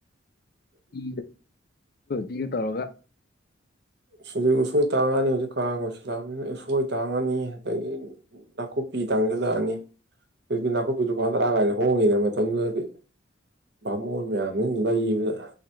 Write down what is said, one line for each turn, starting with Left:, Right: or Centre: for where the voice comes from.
Left: ꯏ ꯏꯤꯒ ꯇꯧꯔꯒ
Right: ꯍꯧꯖꯤꯛ ꯎꯁꯣꯏ ꯇꯥꯡꯉꯅꯤ ꯍꯧꯖꯤꯛ ꯀꯥꯒꯣꯏꯁꯤꯜꯂꯛꯑꯕꯅꯤꯅ ꯎꯁꯣꯏ ꯇꯥꯡꯉꯅꯤ ꯑꯗꯒꯤ ꯅꯥꯀꯨꯞꯄꯤ ꯇꯪꯁꯤꯜꯂꯛꯑꯅꯤ ꯑꯗꯨꯗꯤ ꯅꯥꯀꯨꯞꯄꯤꯗꯨ ꯐꯗꯔꯛꯑ ꯀꯥꯏꯗ ꯍꯣꯡꯉꯤꯗꯅ ꯃꯇꯝꯗꯨꯗꯗꯤ ꯕꯥꯃꯣꯟ ꯃꯌꯥꯝꯗꯨ ꯂꯩꯕꯗ